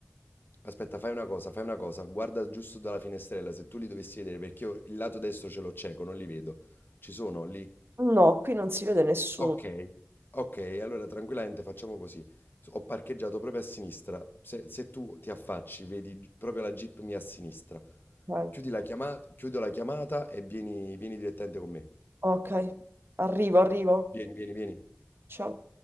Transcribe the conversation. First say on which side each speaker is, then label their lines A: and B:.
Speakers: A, on the left (about 60°); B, on the right (about 70°).
A: Aspetta, fai una cosa, fai una cosa. Guarda giusto dalla finestrella, se tu li dovessi vedere, perché io il lato destro ce l'ho cieco, non li vedo. Ci sono lì
B: No, qui non si vede nessuno.
A: Ok, ok, allora tranquillamente facciamo così. S- Ho parcheggiato proprio a sinistra. Se, se tu ti affacci, vedi gi- proprio la Jeep mia a sinistra.
B: Ok,
A: Chiudi la chiamata, chiudo la chiamata e vieni, vieni direttamente con me.
B: Ok, arrivo, arrivo.
A: Vieni, vieni, vieni.
B: Ciao.